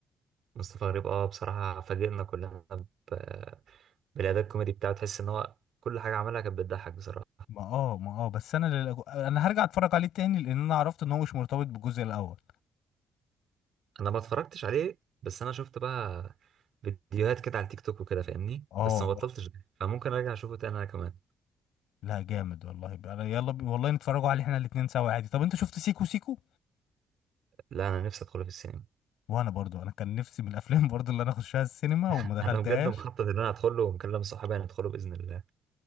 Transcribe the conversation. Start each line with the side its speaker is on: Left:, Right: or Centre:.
Right: مصطفى غريب آه بصراحة فاجئنا كلنا ب... بالأداء الكوميدي بتاعه تحس إن هو كل حاجة عملها كانت بتضحك بصراحة
Left: ما اه ما اه بس انا لل... انا هرجع اتفرج عليه تاني لان انا عرفت ان هو مش مرتبط بالجزء الاول
Right: انا ما اتفرجتش عليه بس انا شفت بقى فيديوهات كده على التيك توك وكده فاهمني
Left: اه
Right: بس
Left: آه.
Right: ما بطلتش ده فممكن ارجع اشوفه تاني انا كمان
Left: لا جامد والله بقى يلا ب... والله نتفرجوا عليه احنا الاتنين سوا عادي طب انت شفت سيكو سيكو
Right: لا انا نفسي ادخله في السينما
Left: وانا برضو انا كان نفسي من الافلام <laughs> برضو اللي انا اخشها السينما
Right: <laughs>
Left: وما دخلتهاش
Right: انا بجد مخطط ان انا ادخله ومكلم صحابي هندخله باذن الله